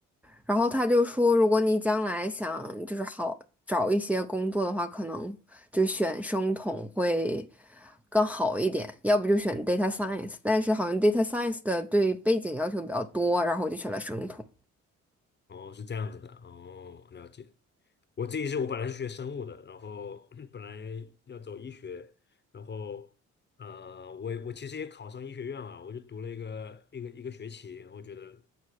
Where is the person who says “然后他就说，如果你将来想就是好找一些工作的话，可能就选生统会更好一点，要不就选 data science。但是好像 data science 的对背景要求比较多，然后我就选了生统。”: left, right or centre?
Centre